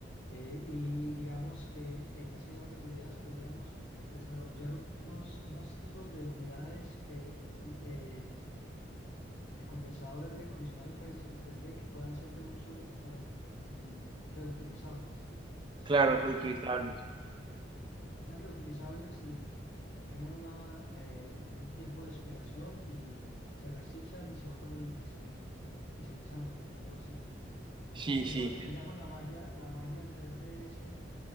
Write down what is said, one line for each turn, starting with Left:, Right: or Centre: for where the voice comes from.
Left: Eh, y digamos que en ese orden de ideas podríamos desarrollar unos, unos tipos de unidades eh, eh, eh, de condensadoras de aire acondicionado impresas en 3D que puedan ser de uso ah, mm, reutilizables, que se
Right: Claro,
Left: puedan utilizar,
Right: reutilizables.
Left: eh, sean reutilizables y tengan una, eh, un tiempo de expiración y se reciclan y se vuelvan y, y se, y se ensamblan, algo así.
Right: Sí,
Left: Que
Right: sí.
Left: es lo, eh, digamos, la magia, la magia del 3D es que